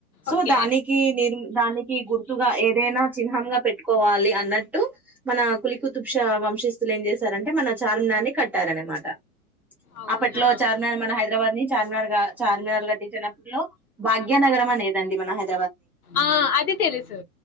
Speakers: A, in the centre; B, on the left.
A: సో
B: ఓకే
A: దానికి నిర్ దానికి గుర్తుగా ఏదైనా పెట్టుకోవాలి అన్నట్టు మన కులి కుతుప్ష వంశస్తులు ఏం చేశారంటే మన చార్మినార్ని కట్టారనమాట
B: అవునా
A: అప్పట్లో చార్మినార్ మన హైదరాబాద్ ని చార్మినార్ చార్మినార్ కట్టించినప్పట్లో భాగ్యనగరం అనేదండి మన హై
B: ఆ అది తెలుసు